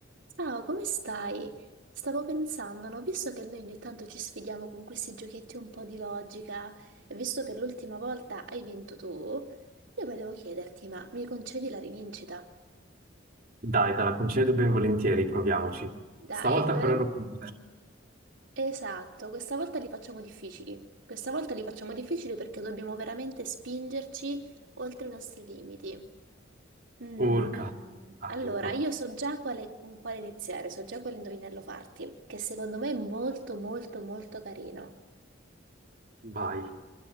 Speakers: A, on the right; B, on the right.
A: Ciao, come stai? Stavo pensando, no? Visto che noi ogni tanto ci sfidiamo con questi giochetti un po' di logica, e visto che l'ultima volta hai vinto tu, io volevo chiederti, ma mi concedi la rivincita?
B: Dai, te la concedo ben volentieri, proviamoci. Stavolta
A: Dai, però
B: però ero più veloce.
A: Esatto, questa volta li facciamo difficili. Questa volta li facciamo difficili perché dobbiamo veramente spingerci oltre i nostri limiti. Mm,
B: Urca,
A: Allora,
B: aiuto,
A: io so già quale- con quale iniziare, so già quale indovinello farti, che secondo me è molto molto molto carino.
B: vai.